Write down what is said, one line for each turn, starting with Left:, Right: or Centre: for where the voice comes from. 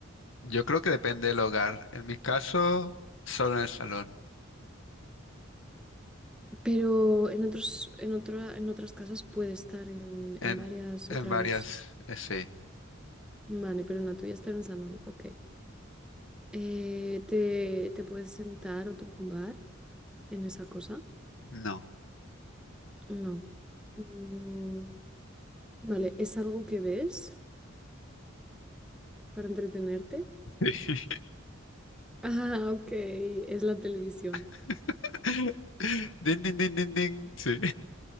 Left: yo creo que depende del hogar. En mi caso, solo en el salón.
Centre: Pero en otros, en otra, en otras casas puede estar en,
Left: En,
Centre: en varias
Left: en
Centre: otras.
Left: varias, eh, sí.
Centre: Vale, pero en la tuya está en el salón, ok. Eh, ¿te, te puedes sentar o tumbar en esa cosa?
Left: No.
Centre: No. Mm, vale, ¿es algo que ves para entretenerte? <laughs>
Left: <laughs>
Centre: Ah, ok, es la televisión.
Left: <laughs> Din, din, din, din, din. Sí.